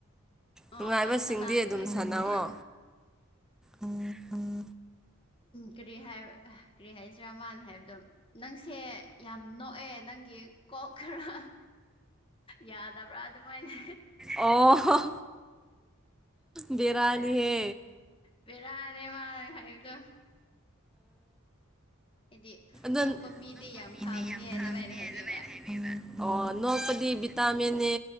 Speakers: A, on the left (about 25°); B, in the centre.
A: ꯑ
B: ꯅꯨꯡꯉꯥꯏꯕꯁꯤꯡꯗꯤ
A: ꯁꯅꯥꯒꯤꯅꯤ
B: ꯑꯗꯨꯝ
A: ꯑꯗꯨꯕꯨ
B: ꯁꯥꯟꯅꯧꯋꯣ ꯎꯝ ꯎꯝ
A: ꯀꯔꯤ ꯍꯥꯏ ꯀꯔꯤ ꯍꯥꯏꯁꯤꯔꯥ ꯃꯥꯅ ꯍꯥꯏꯕꯗꯣ ꯅꯪꯁꯦ ꯌꯥꯝ ꯅꯣꯛꯑꯦ ꯅꯪꯒꯤ ꯀꯣꯛ ꯈꯔ ꯌꯥꯗꯕ꯭ꯔꯥ ꯑꯗꯨꯃꯥꯏꯅ
B: ꯑꯣ ꯕꯦꯔꯥꯅꯤꯍꯦ
A: ꯕꯦꯔꯥꯅꯦ ꯃꯥꯅ ꯍꯥꯏꯥꯕꯗꯣ ꯍꯥꯏꯗꯤ
B: ꯅꯪ
A: ꯅꯣꯛꯄ ꯃꯤꯗꯤ ꯌꯥꯝ
B: <unintelligible>
A: ꯐꯕꯅꯦ ꯑꯗꯨꯃꯥꯏꯅ ꯍꯥꯏꯕꯤꯕ
B: ꯑꯣ ꯅꯣꯡꯄꯗꯤ ꯇꯥꯃꯤꯟꯅꯦ